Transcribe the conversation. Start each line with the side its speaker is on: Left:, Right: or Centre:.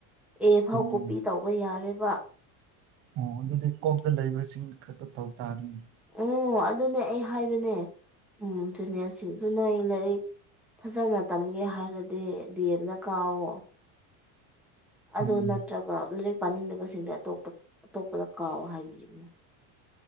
Centre: ꯑꯦ ꯐꯥꯎ
Right: ꯑꯣ
Centre: ꯀꯣꯄꯤ ꯇꯧꯕ ꯌꯥꯔꯦꯕ
Right: ꯑꯣ ꯑꯗꯨꯗꯤ ꯀꯣꯛꯇ ꯂꯩꯕꯁꯤꯡꯅ ꯈꯛꯇ ꯇꯧ ꯇꯥꯔꯤꯅꯦ
Centre: ꯎ ꯑꯗꯨꯅꯦ ꯑꯩ ꯍꯥꯏꯕꯅꯦ ꯎꯝ ꯖꯨꯅꯤꯌꫪꯁꯤꯡꯁꯨ ꯅꯣꯏ ꯂꯥꯏꯔꯤꯛ ꯐꯖꯅ ꯇꯝꯒꯦ ꯍꯥꯏꯔꯗꯤ ꯗꯤ ꯑꯦꯝꯗ ꯀꯥꯎꯋꫭ ꯑꯗꯣ
Right: ꯎꯝ
Centre: ꯅꯠꯇ꯭ꯔꯒ ꯂꯥꯏꯔꯤꯛ ꯄꯥꯅꯤꯡꯗꯕꯁꯤꯡꯁ ꯑꯇꯣꯞ ꯑꯇꯣꯞꯄꯗ ꯀꯥꯎ ꯍꯥꯏꯕꯤꯌꯕꯅꯦ